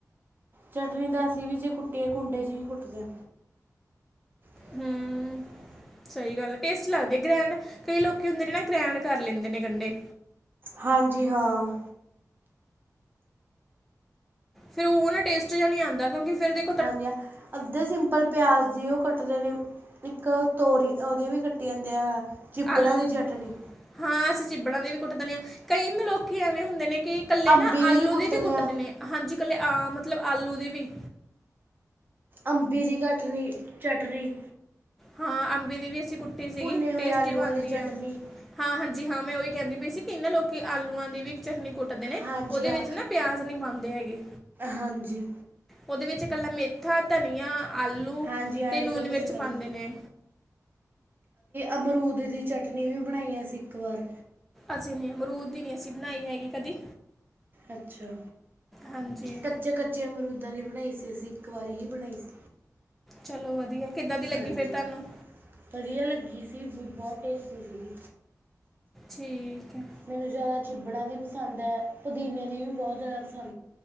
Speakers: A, on the right; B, in the centre.
A: ਚਟਨੀ ਤਾਂ ਅਸੀਂ ਵੀ ਜੇ ਕੁੱਟੀਏ ਕੁੰਡੇ ਚ ਹੀ ਕੁੱਟਦੇ ਆ। <unintelligible>
B: ਹੂੰ
A: <inaudible>
B: ਸਹੀ ਗੱਲ ਹੈ ਟੇਸਟ ਲੱਗਦੀ ਆ, ਗ੍ਰੈਂਡ ਕਈ ਲੋਕ ਹੁੰਦੇ ਨੇ ਨਾ ਗ੍ਰੈਂਡ ਕਰ ਲੈਂਦੇ ਨੇ ਗੰਡੇ।
A: ਹਾਂਜੀ ਹਾਂ।
B: ਫਿਰ ਉਹ ਨਾ ਟੇਸਟ ਜਾ ਨੀ ਆਂਦਾ ਕਿਉਂਕਿ ਫਿਰ ਤੇ-
A: ਹਾਂਜੀ ਅੱਧੇ ਸਿੰਪਲ ਪਿਆਜ਼ ਦੀ ਉਹ ਕੱਟ- ਕੱਟ ਦੇ ਨੇ ਇੱਕ ਤੋਰੀ ਉਹਦੀਆਂ ਵੀ ਕੱਟੀ ਜਾਂਦੀ ਆ। ਚਿੱਬੜਾਂ
B: ਆਲੂ
A: ਦੀ ਚਟਨੀ
B: ਹਾਂ ਅਸੀਂ ਚਿੱਬੜਾਂ ਦੇ ਵੀ ਕੁੱਟ ਦਿੰਦੇ ਆ, ਕਈ ਲੋਕ ਐਵੇਂ ਹੁੰਦੇ ਨੇ ਕਿ- ਇਕੱਲੇ
A: ਅੰਬੀ
B: ਨਾ
A: ਦੀ
B: ਆਲੂ ਦੇ ਵੀ ਕੁੱਟਦੇ
A: ਆ
B: ਨੇ ਹਾਂਜੀ, ਇਕੱਲੇ ਆ ਮਤਲਬ ਆਲੂ ਦੀ ਵੀ
A: ਅੰਬੀ ਦੀ ਕਟਨੀ ਚਟਣੀ,
B: ਹਾਂ ਅੰਬੀ ਦੀ ਵੀ ਅਸੀਂ ਕੁੱਟੀ ਸੀਗੀ
A: ਭੁੰਨੇ ਹੋਏ
B: ਟੇਸਟੀ
A: ਆਲੂਆਂ
B: ਬਣਦੀ
A: ਦੀ ਚਟਨੀ
B: ਹੈ। ਹਾਂ ਹਾਂਜੀ ਹਾਂ ਮੈਂ ਉਹੀ ਕਹਿੰਦੀ ਪਈ ਸੀ ਕਿਨਾਂ ਲੋਕ ਆਲੂਆਂ ਦੀ ਵੀ ਚਟਨੀ ਕੁੱਟਦੇ ਨੇ
A: ਹਾਂਜੀ
B: ਉਹਦੇ
A: ਹਾਂ
B: ਵਿੱਚ ਨਾ ਪਿਆਜ਼ ਨਹੀਂ ਪਾਉਂਦੇ ਹੈਗੇ
A: ਹਾਂਜੀ
B: ਉਹਦੇ ਵਿੱਚ ਇਕੱਲਾ ਮੇਥਾ ਧਨੀਆ ਆਲੂ
A: ਹਾਂਜੀ ਹਾਂ
B: ਤੇ
A: ਇਹ
B: ਨੂਨ
A: ਜਿਹਾ ਕੁਛ
B: ਮਿਰਚ
A: ਪੈਂਦਾ
B: ਪਾਉਂਦੇ ਨੇ
A: ਅਮਰੂਦ ਦੀ ਚਟਨੀ ਵੀ ਬਣਾਈ ਅਸੀਂ ਇੱਕ ਵਾਰ
B: ਅਸੀਂ ਨਮਰੂਦ ਦੀ ਨੀ ਅਸੀਂ ਬਣਾਈ ਹੈਗੀ ਕਦੀ,
A: ਅੱਛਾ
B: ਹਾਂਜੀ
A: ਕੱਚੇ-ਕੱਚੇ ਮਮਰੂਦਾਂ ਦੀ ਬਣਾਈ ਸੀ, ਅਸੀਂ ਇੱਕ ਵਾਰੀ ਹੀ ਬਣਾਈ ਸੀ।
B: ਚਲੋ ਵਧੀਆ। ਕਿੱਦਾਂ ਦੀ ਲੱਗੀ
A: ਹਾਂਜੀ
B: ਫਿਰ ਤੁਹਾਨੂੰ
A: ਵਧੀਆ ਲੱਗੀ ਸੀ ਵੀ ਬਹੁਤ ਟੇਸਟੀ ਸੀਗੀ।
B: ਠੀਕ ਐ।
A: ਮੈਨੂੰ ਜ਼ਿਆਦਾ ਚਿੱਬੜਾਂ ਦੀ ਪਸੰਦ ਹੈ, ਪੁਦੀਨੇ ਦੀ ਵੀ ਬਹੁਤ ਜ਼ਿਆਦਾ ਖਾਂ